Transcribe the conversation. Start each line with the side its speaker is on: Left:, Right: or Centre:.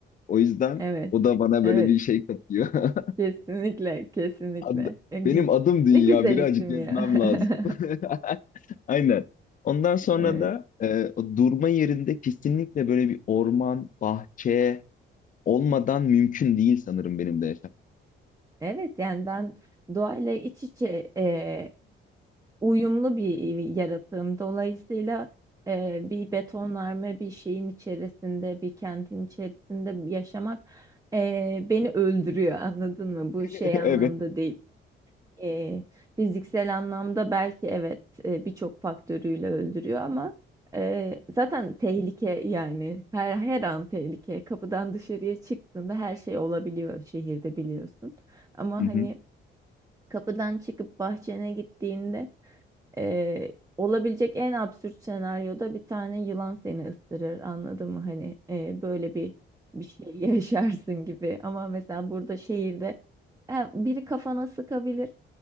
Left: O yüzden
Right: Evet,
Left: o da bana
Right: evet.
Left: böyle bir şey katıyor. <laughs>
Right: Kesinlikle, kesinlikle.
Left: Ad-
Right: Ya güz-
Left: Benim adım dünya
Right: Ne güzel
Left: birazcık
Right: isim
Left: gezmem
Right: ya. <laughs>
Left: lazım. <laughs> Aynen. Ondan sonra
Right: Evet.
Left: da e, o durma yerinde kesinlikle böyle bir orman, bahçe olmadan mümkün değil sanırım benim de yaşam.
Right: Evet yani ben doğayla iç içe e, uyumlu bir yaratığım. Dolayısıyla e, bir betonarme bir şeyin içerisinde, bir kentin içerisinde yaşamak e, beni öldürüyor. Anladın mı? Bu
Left: <laughs>
Right: şey anlamda değil. E, fiziksel anlamda belki evet e, birçok faktörüyle öldürüyor ama e, zaten tehlike yani her her an tehlike. Kapıdan dışarıya çıktığında her şey olabiliyor şehirde biliyorsun. Ama
Left: Evet.
Right: hani Kapıdan çıkıp bahçene gittiğinde e, olabilecek en absürt senaryoda bir tane yılan seni ısırır. Anladın mı? Hani e, böyle bir bir şey <laughs> yaşarsın gibi. Ama mesela burada şehirde e, biri kafana sıkabilir,